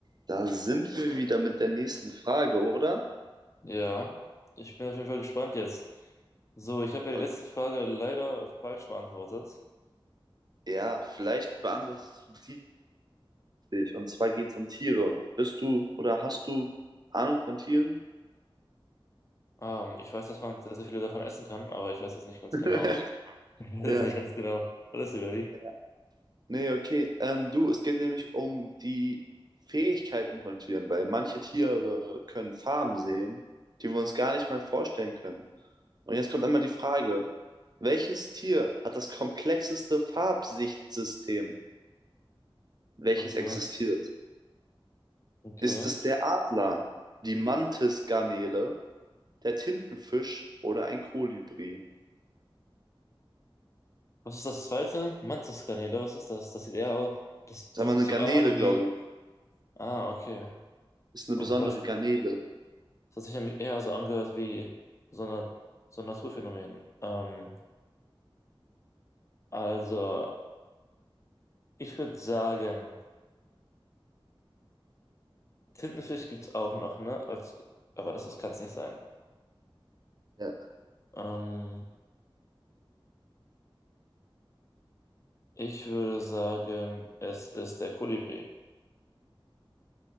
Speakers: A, on the right (about 45°); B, on the left (about 35°).
A: Da sind wir wieder mit der nächsten Frage, oder?
B: Ja, ich bin auf jeden Fall gespannt jetzt. So, ich habe ja
A: Okay.
B: die letzte Frage leider falsch beantwortet.
A: Ja, vielleicht beantwortest du die dich. Und zwar geht es um Tiere. Bist du oder hast du Ahnung von Tieren?
B: Ähm, ich weiß, dass man sehr, sehr viele davon essen kann, aber ich weiß das nicht ganz
A: <laughs>
B: genau. <laughs> Ich weiß
A: Ja.
B: das nicht ganz genau. Alles über die.
A: ja. Nee, okay. Ähm, du, es geht nämlich um die Fähigkeiten von Tieren, weil manche Tiere können Farben sehen, die wir uns gar nicht mal vorstellen können. Und jetzt kommt einmal die Frage, welches Tier hat das komplexeste Farbsichtsystem, welches
B: Okay,
A: existiert?
B: okay.
A: Ist es der Adler, die Mantisgarnele, der Tintenfisch oder ein Kolibri?
B: Was ist das zweite? Mantiskanäle, was ist das? Das sieht eher aus, das,
A: Sagen
B: das
A: wir
B: sieht
A: eine Garnele,
B: eher an
A: glaube
B: wie,
A: ich.
B: ah, okay.
A: Ist eine
B: Aber
A: besondere
B: Wahrscheinlich,
A: Garnele.
B: das hat sich nämlich eher so angehört wie so eine, so ein Naturphänomen. Ähm, also, ich würde sagen, Tintenfisch gibt's auch noch, ne? Als, aber das ist, kann's nicht sein.
A: Ja.
B: Ähm, ich würde sagen, es ist der Kolibri.